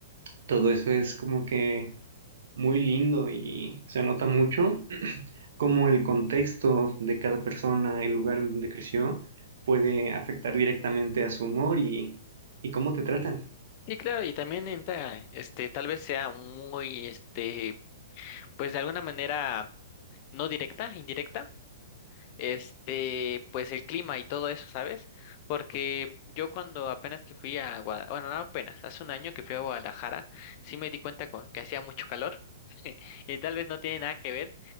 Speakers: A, on the right; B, on the left.
A: todo eso es como que muy lindo y se nota mucho cómo el contexto de cada persona, el lugar en donde creció, puede afectar directamente a su humor y, y cómo te tratan.
B: Sí, claro, y también entra, este, tal vez sea muy, este, pues de alguna manera no directa, indirecta. este, pues el clima y todo eso, ¿sabes? Porque yo cuando apenas que fui a Guadalajara, bueno, no apenas, hace un año que fui a Guadalajara, sí me di cuenta co- que hacía mucho calor <laughs> y tal vez no tiene nada que ver,